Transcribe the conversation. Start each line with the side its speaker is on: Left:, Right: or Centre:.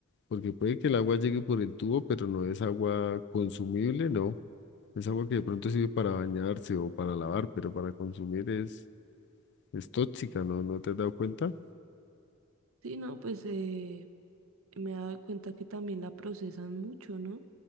Left: porque puede que el agua llegue por el tubo, pero no es agua consumible, ¿no? Es agua que de pronto sirve para bañarse o para lavar, pero para consumir es, es tóxica, ¿no? ¿No te has dado cuenta?
Right: Sí, no, pues eh, me he dado cuenta que también la procesan mucho, ¿no?